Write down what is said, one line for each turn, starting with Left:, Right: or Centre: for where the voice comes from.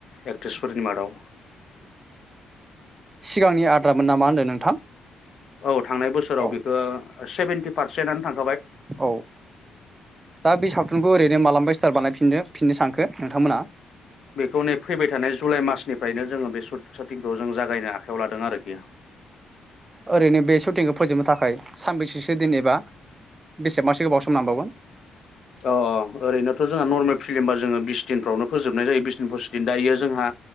Left: एक्ट्रिसफोरनि मादाव
Right: सिगांनि आद्रामोन नामा होनदों नोंथां
Left: औ थांनाय बोसोराव
Right: औ
Left: बेखौ सेभेन्टि पारसेन्टानो थां
Right: औ दा बे सावथुनखौ ओरैनो मालाबा स्टार बानायफिननो फिननो सानखो नोंथांमोना?
Left: बेखौ नै फैबाय थानाय जुलाइ मार्सनिफ्रायनो जोङो बे सुट सटिंखौ जों जागायनो आखायाव लादों आरोखि।
Right: ओरैनो बे सुटिंखौ फोजोबनो थाखाय सानबैसेसो दिन एबा बेसेबांसो गोबाव सम नांबावगोन?
Left: अ अ ओरैनोथ' जोंहा नर्मेल फिल्मबा जोङो बिस दिनफ्रावनो फोजोबनाय जायो बिस दिन फसिस दिन दा इयो जोंहा